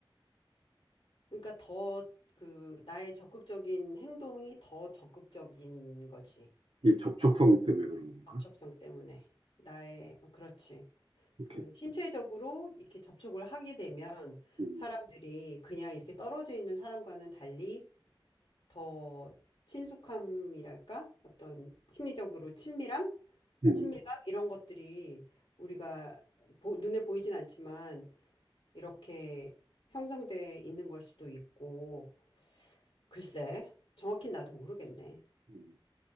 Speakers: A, on the left (about 65°); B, on the right (about 80°).
A: 그러니까 더 그 나의 적극적인 행동이 더 적극적인 거지.
B: 이 접촉성 때문에 그런 건가?
A: 접촉성 때문에 나의 어, 그렇지
B: 오케이.
A: 그 신체적으로 이렇게 접촉을 하게 되면
B: 음,
A: 사람들이 그냥 이렇게 떨어져 있는 사람과는 달리 더 친숙함이랄까 어떤 심리적으로 친밀함
B: 음,
A: 친밀감 이런 것들이 우리가 보, 눈에 보이진 않지만 이렇게 형성돼 있는 걸 수도 있고 글쎄 정확히 나도 모르겠네.
B: 음.